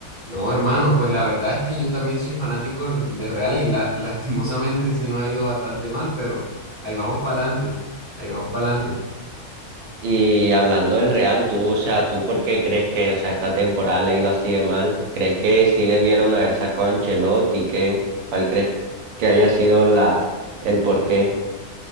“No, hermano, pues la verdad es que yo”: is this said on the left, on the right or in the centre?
Right